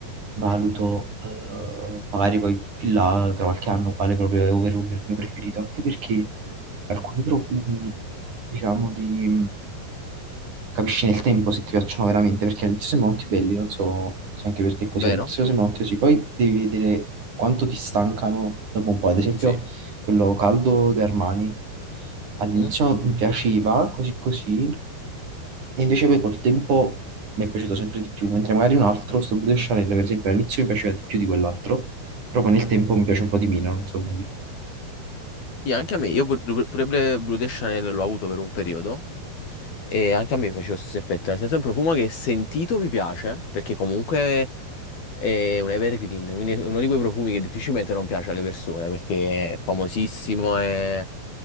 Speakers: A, on the right; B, on the left.
A: valuto, eh, magari poi più là tra qualche anno quale proprio è ovvero il mio preferito, anche perché alcuni profumi, diciamo, di... capisci nel tempo se ti piacciono veramente, perché all'inizio sembrano tutti belli, non so se anche per te è così,
B: Vero?
A: all'inizio sembrano tutti così, poi devi vedere quanto ti stancano dopo un po', ad esempio
B: Sì.
A: quello caldo di Armani, all'inizio
B: Mm?
A: mi piaceva, così così, e invece poi col tempo mi è piaciuto sempre di più, mentre magari un altro, sto Blue de Chanel, per esempio, all'inizio mi piaceva di più di quell'altro, però poi nel tempo mi piace un po' di meno, non so come dire.
B: Sì, anche a me. Io pur- pur- pure Blue de Chanel l'ho avuto per un periodo. E anche a me faceva lo stesso effetto, nel senso è un profumo che sentito mi piace, perché comunque È un evergreen, quindi è uno di quei profumi che difficilmente non piace alle persone perché è famosissimo e